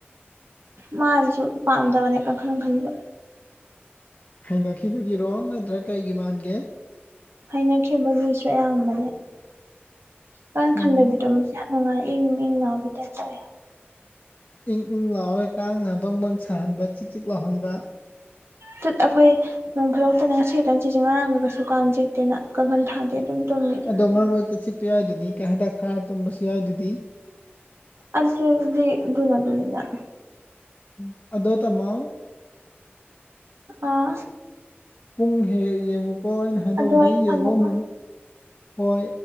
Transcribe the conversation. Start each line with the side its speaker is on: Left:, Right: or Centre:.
Right: ꯃꯥꯅꯁꯨ ꯄꯥꯝꯗꯕꯅꯦ ꯀꯈꯟ ꯈꯟꯕ
Left: ꯍꯩꯅꯈꯤꯕꯒꯤꯔꯣ ꯅꯠꯇ꯭ꯔ ꯀꯩꯒꯤ ꯃꯥꯟꯒꯦ
Right: ꯍꯥꯏꯅꯈꯤꯕꯒꯤꯁꯨ ꯑꯌꯥꯝꯕꯅꯦ ꯀꯪ
Left: ꯎꯝ
Right: ꯈꯟꯗꯕꯤꯗꯣ ꯃ ꯅꯨꯡꯉꯥꯏ ꯏꯪ ꯏꯪ ꯂꯥꯎꯕꯩꯗ ꯇꯔꯦ
Left: ꯏꯪ ꯏꯪ ꯂꯥꯎꯔꯒ ꯀꯥꯡꯅ ꯕꯪ ꯕꯪ ꯁꯥꯍꯟꯕ ꯆꯤꯛ ꯆꯤꯛ ꯂꯥꯎꯍꯟꯕ
Right: ꯇꯨꯠ ꯑꯩꯈꯣꯏ ꯅꯣꯡ ꯐꯥꯗꯣꯛꯇꯅ ꯉꯁꯤ ꯍꯦꯛꯇꯪ ꯆꯦꯁꯦ ꯉꯔꯥꯡꯒ ꯀꯩꯁꯨ ꯀꯥꯟꯅ ꯆꯦꯛꯇꯦꯅ ꯀꯥꯡꯈꯟ ꯊꯥꯗꯦ ꯑꯗꯨꯝ ꯇꯨꯝꯃꯤꯗꯤ
Left: ꯑꯗꯣ ꯃꯔꯛ ꯃꯔꯛꯇ ꯆꯤꯛꯄ ꯌꯥꯏꯗꯗꯤ ꯀ ꯍꯟꯗꯛ ꯊꯥꯔ ꯇꯨꯝꯝꯕꯁꯨ ꯌꯥꯏꯗꯗꯤ
Right: ꯑꯗꯨꯁꯗꯤ ꯙꯨꯅ ꯅꯤꯗ
Left: ꯎ ꯑꯗꯣ ꯇꯝꯃꯣ
Right: ꯑꯥ
Left: ꯄꯨꯡ ꯍꯦꯛ ꯌꯦꯡꯉꯨꯀꯣ ꯑꯩꯅ ꯍꯥꯏꯗꯧꯕꯗꯤ
Right: ꯑꯗꯣ ꯑꯩ ꯊꯝꯃꯦꯀꯣ
Left: ꯌꯦꯡꯉꯣ ꯑꯃ ꯍꯣꯏ